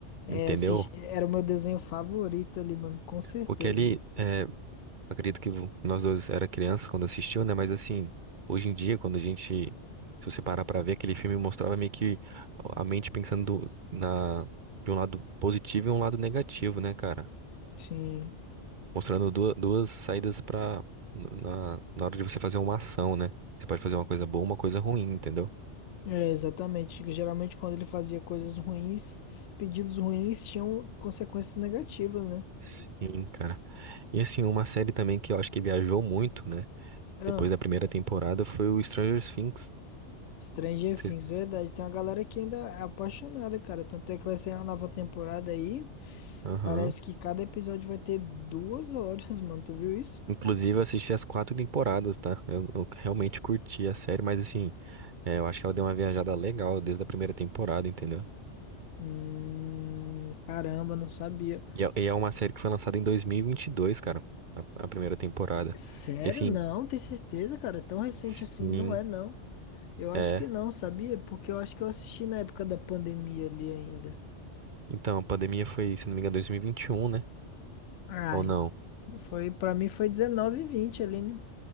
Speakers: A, on the left; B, on the right.
A: É,
B: entendeu?
A: assis- era o meu desenho favorito ali, mano, com certeza.
B: Porque ele, é, acredito que vo- nós dois era criança quando assistiu, né? Mas assim, hoje em dia, quando a gente, se você parar pra ver, aquele filme mostrava meio que a mente pensando na, de um lado positivo e um lado negativo, né, cara?
A: Sim,
B: mostrando du- duas saídas para na, na hora de você fazer uma ação, né? Você pode fazer uma coisa boa, uma coisa ruim, entendeu?
A: é, exatamente. Geralmente quando ele fazia coisas ruins, pedidos ruins tinham consequências negativas, né?
B: Sim, cara. E assim, uma série também que eu acho que viajou muito, né?
A: Ah.
B: Depois da primeira temporada foi o Stranger Things.
A: Stranger
B: Você-
A: Things, verdade. Tem uma galera que ainda é apaixonada, cara. Tanto é que vai ser uma nova temporada aí.
B: Aham.
A: Parece que cada episódio vai ter duas horas, <laughs> mano. Tu viu isso?
B: Inclusive, eu assisti as quatro temporadas, tá? Eu, eu realmente curti a série, mas assim, é, eu acho que ela deu uma viajada legal desde a primeira temporada, entendeu?
A: Hum, caramba, não sabia.
B: E é, e é uma série que foi lançada em 2022, cara, a, a primeira temporada.
A: Sério?
B: E assim,
A: Não, tem certeza, cara? Tão recente
B: sim,
A: assim, não é, não. Eu acho
B: é.
A: que não, sabia? Porque eu acho que eu assisti na época da pandemia ali ainda.
B: Então, a pandemia foi, se não me engano, 2021, né?
A: Ai,
B: Ou não?
A: foi, pra mim foi 19 e 20 ali, né?